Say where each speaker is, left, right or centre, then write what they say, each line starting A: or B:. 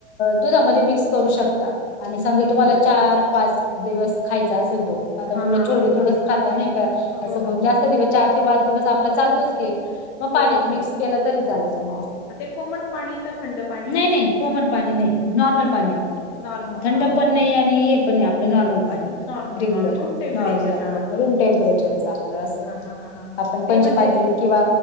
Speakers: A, on the left; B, on the left.
A: दुधामध्ये मिक्स करू शकता आणि समजा
B: तीन
A: तुम्हाला
B: दिवस
A: चार पाच दिवस खायचा असेल तो
B: हा
A: आता मुलं
B: हा हा
A: छोड
B: हा
A: थोडच खाता नाही का असं
B: हो हो
A: मग
B: हो
A: जास्त दिवस चार पाच दिवस आपला चालतोच केक मग पाण्यात
B: हो हो
A: मिक्स
B: हो
A: केलं तरी चालतं मग असं
B: ते कोमट पाणी का थंड पाणी
A: नाही नाही कोमट पाणी नाही नॉर्मल पाणी आपलं
B: नॉर्मल
A: थंड
B: नॉर्मल
A: पण नाही
B: पाणी
A: आणि हे पण नाही आपलं नॉर्मल पाणी
B: normal
A: regular
B: normal room temperature
A: normal room temperature च आपलं अस
B: हा हा हा हा
A: आपण
B: ते
A: पंचपात्री
B: म्हणजे
A: किंवा